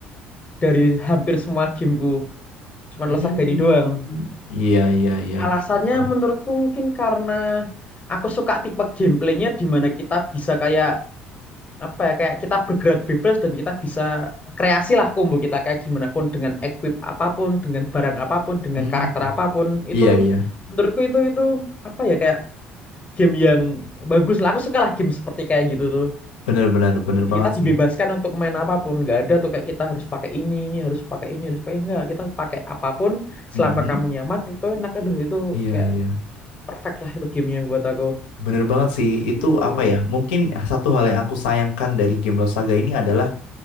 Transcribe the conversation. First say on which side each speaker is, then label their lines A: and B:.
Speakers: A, on the left; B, on the left.
A: dari hampir semua gameku. Cuman
B: Hmm,
A: Los Saga ini doang.
B: iya iya iya.
A: Alasannya
B: Paham.
A: menurutku mungkin karena aku suka tipe gameplaynya di mana kita bisa kayak apa ya kayak kita bergerak bebas dan kita bisa kreasi lah combo kita kayak gimana pun dengan equip apapun dengan barang apapun dengan
B: Hmm,
A: karakter apapun itu
B: iya iya.
A: menurutku itu itu apa ya kayak game yang bagus lah aku suka lah game seperti kayak gitu tuh
B: Bener bener bener
A: jadi
B: banget
A: kita
B: sih.
A: dibebaskan untuk main apapun nggak ada tuh kayak kita harus pakai ini ini harus pakai ini harus pakai enggak kita pakai apapun selama
B: Mm-mm.
A: kamu nyaman itu enak aduh itu
B: Iya
A: kayak
B: iya.
A: perfect lah itu gamenya buat aku
B: Bener banget sih, itu
A: gitu
B: apa ya? Mungkin satu hal yang aku sayangkan dari game Lost Saga ini adalah